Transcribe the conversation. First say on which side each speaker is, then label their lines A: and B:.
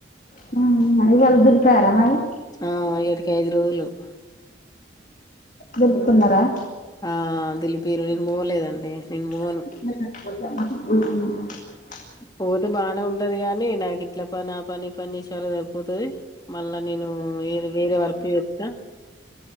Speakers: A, on the left; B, on the left.
A: హ్మ్ అని వాళ్లు దులిపార మరి
B: ఆ ఏటికి ఐదు రోజులు
A: గుర్తున్నారా
B: ఆ దిలిపీరు నేను పోలేదండి
A: ఆ
B: నేను పోను పోతే బాగానే ఉంటది గాని నాకు ఇట్లా పని ఆ పని <unintelligible> పోతది మళ్ళా నేను ఏది వేరే వర్క్ చెప్తా